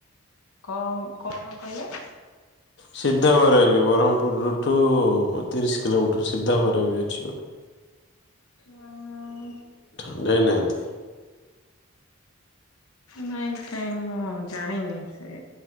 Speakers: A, on the left; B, on the left.
A: କଣ କଣ କହିଲେ?
B: ସିଦ୍ଧଭୈରବୀ ବ୍ରହ୍ମପୁରରୁୁଠୁ ତିରିଶ କିଲୋମିଟର ସିଦ୍ଧ ଭୈରବୀ ଅଛି ଗୋଟେ।
A: ଆଁ
B: ଯାଇ ନାହାନ୍ତି।
A: ନାଇଁ କାଇଁ ମୁଁ ଜାଣିନି ସେ